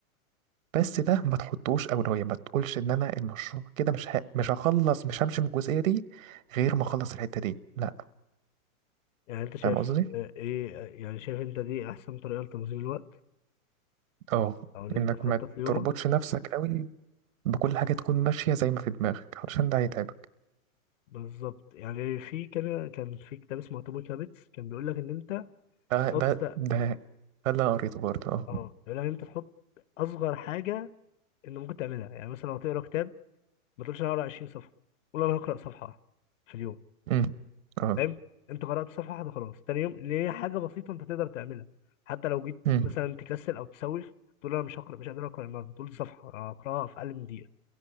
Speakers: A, on the right (about 65°); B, on the left (about 60°).
A: بس ده ما تحطوش اولويه ما تقولش ان انا المشروع كده مش ه... مش هخلص مش همشي من الجزئيه دي غير ما اخلص الحته دي لا
B: يعني أنت شايف
A: فاهم قصدي
B: آه، إيه آه، يعني شايف أنت دي أحسن طريقة لتنظيم الوقت
A: اه
B: أو إن أنت
A: انك
B: تخطط
A: ما
B: ليومك
A: تربطش نفسك قوي بكل حاجه تكون ماشيه زي ما في دماغك علشان ده هيتعبك
B: بالظبط يعني في كان كان في كتاب اسمه اتوميك هابتس كان بيقول لك ان انت
A: ده
B: تحط
A: ده ده ده اللي أنا قريته برضه اه
B: اه بيقول لك ان انت تحط اصغر حاجه انت ممكن تعملها يعني مثلا لو هتقرا كتاب ما تقولش انا هقرا 20 صفحه قول انا هقرا صفحه واحدة في اليوم
A: امم اه
B: فاهم انت قرأت صفحة واحدة خلاص تاني يوم اللي هي حاجة بسيطة انت تقدر تعملها حتى لو جيت
A: امم
B: مثلا تكسل او تسوف تقول انا مش هقرأ مش قادر اقرأ النهارده تقول دي صفحة اقرأها في اقل من دقيقة